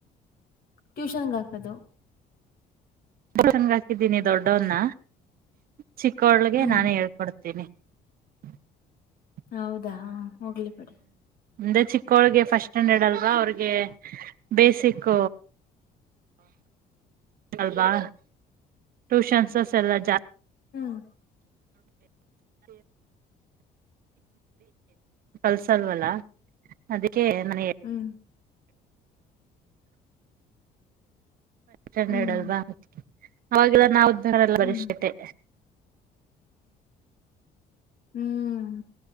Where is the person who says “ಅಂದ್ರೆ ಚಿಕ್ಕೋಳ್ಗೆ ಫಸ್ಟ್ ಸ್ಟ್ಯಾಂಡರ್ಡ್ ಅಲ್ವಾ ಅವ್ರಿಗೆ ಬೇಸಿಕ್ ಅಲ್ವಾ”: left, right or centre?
Right